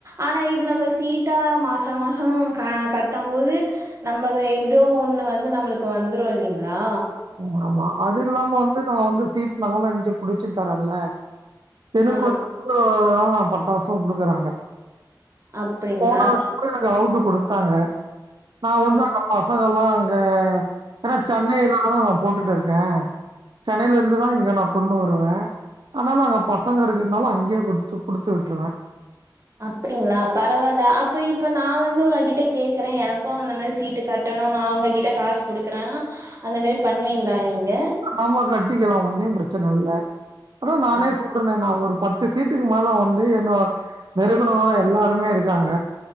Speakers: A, on the right; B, on the right.
A: ஆனா இது நம்ம சீட்டா மாச மாசோ கட்டம் போது நம்மவே ஏதோ ஒண்ணு வந்து நம்மளுக்கு வந்துரு இல்லிங்ளா
B: ம் ஆமா அது இல்லாம வந்து நா வந்து சீட் நாலு அஞ்சு புடிச்சு தரேன்ல எனக்கும்
A: ஆ
B: கூடதா பட்டாசும் குடுக்குறாங்க
A: அப்டிங்களா
B: போன வருஷோ கூட எனக்கு அவுட்டு குடுத்தாங்க நா
A: ம்
B: வந்து அங்க பசங்கல்லா அங்க ஏன்னா சென்னையிலதான நா போட்டுட்டு இருக்கே சென்னையில இருந்துதா இங்க நா கொண்டு வருவ ஆனா நா அங்க பசங்க இருக்குறனால அங்கயே குடுத்து குடுத்து விட்டுருவ
A: அப்புடிங்களா பரவால்ல அப்ப இப்ப நா வந்து உங்ககிட்ட கேக்குறே எனக்கும் அந்த மாரி சீட்டு கட் ஏனா நா உங்க கிட்ட காசு குடுக்குறனா அந்த மாரி பண்ணுவீங்களா நீங்க
B: ஆமா கட்டிக்கலா ஒன்னும் பிரச்சன இல்ல அதா நானே
A: அப்
B: சொல்றனே நா ஒரு பத்து சீட்டுக்கு மேல வந்து என்னோ வெறுக்குறவுங்க எல்லாருமே இருக்காங்க